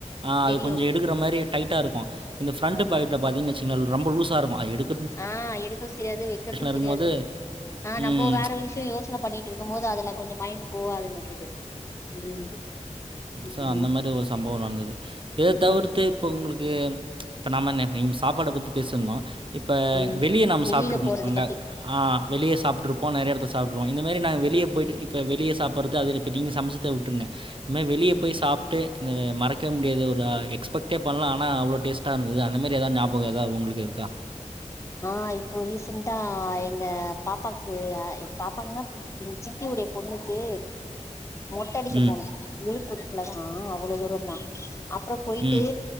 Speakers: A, on the right (about 40°); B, on the left (about 20°).
A: அ அது
B: தெரியு
A: கொஞ்ச எடுக்கிற மாரி டைட்டா இருக்கு இந்த ஃபிரண்ட்டு
B: ஆமா
A: பாக்கெட்ல பாத்தீங்கன் சின்னல் ரொம்ப லூஸா இருக்கு ஆ எடுத்
B: ஆ எடுக்கறது தெரியாது வைக்கறது
A: இருக்கும்போது,
B: தெரியாது ஆ நம்ம
A: ம்.
B: வேற விஷ்ய யோசன பண்ணிட்ருக்கும் போது அதுல கொஞ்ச மைண்ட் போகாது நம்மளுக்கு ம் ம்
A: சோ அந்த மாரி ஒரு சம்பவோ நடந்தது இத தவிர்த்
B: ம்
A: பே இப்போ உங்களுக்கு இப்ப நாம்ம என்ன நீ சாப்பாட பத்தி பேசிருந்தோ இப்போ
B: ம்
A: வெளிய நம்ம
B: வெளியில
A: சாப்ட்ருப்போ
B: போறது
A: அங்க
B: பத்தி
A: ஆ வெளிய சாப்ட்ருப்போ நெறய எடத்துல சாப்ட்ருப்போ இந்த மாரி நாங்க வெளிய போயிட்டு இப்ப வெளிய சாப்பட்றது அதுல்ல இப்ப நீங்க சமச் த்த உட்ருங்க இந்மேரி வெளிய போய் சாப்ட்டு இந்த மறக்கவே முடியாது ஒரு எக்ஸ்பெக்டே பண்ல ஆனா அவ்ளோ டேஸ்டா இருந்தது அந்த மாரி எதாவ்து ஞா பகோ எதா உங்களுக்கு இருக்கா
B: ஆ இப்போ ரீசென்டா எங்க பாப்பாக்கு எங் பாப்பாகுன்னா எங்க சித்தியுடைய பொண்ணுக்கு மொட்டடிக்க
A: ம்.
B: போனோ விழுப்புரத்துலதா அவ்ள தூரந்தா அப்பறம் போயிட்டு
A: ம்.